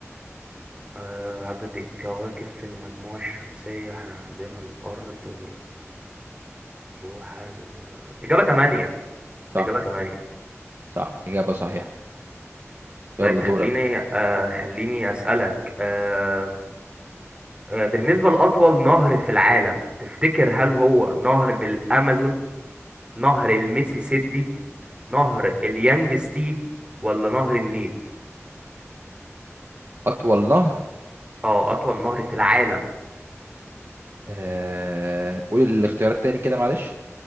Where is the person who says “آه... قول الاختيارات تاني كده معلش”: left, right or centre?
Right